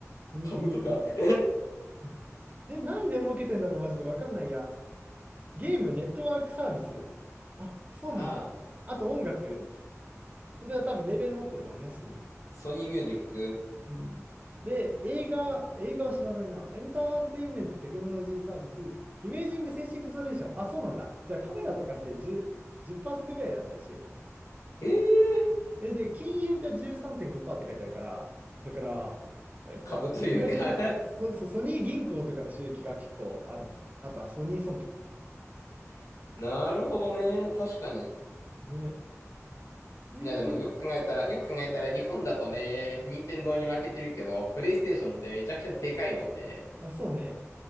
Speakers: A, on the right (about 30°); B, on the left (about 85°).
A: ソニーグループ。
B: 株とか <laughs>
A: うんで、何で儲けてんだろうマジでわかんないや。ゲーム、ネットワークサービス。あ、そうなんだ。
B: ああ。<laughs>
A: あと音楽。それは多分レーベル持ってるもんね、ソニー。
B: ソニーミュージック。
A: うん。で、映画、映画は知らないな。エンターテインメントテクノロジーサービス、イメージングセンシングソリューション。あ、そうなんだ。じゃあカメラとかって10、じゅっパーセントぐらいなんだよ、収益の。
B: へえ、
A: え、で、金融が13.5%って書いてあるから、だから、えっと、
B: 株というか
A: 意外と、そうそう、ソニー銀行とかの収益が結構あるんだな。あとはソニー損保とか。
B: <laughs> なるほどね。確かに。
A: ねえ。
B: いやでもよく考えたら、
A: ええ
B: よく考えたら日本だとね、任天堂に負けてるけど、プレイステーションってめちゃくちゃでかいもんね。
A: あ、そうね。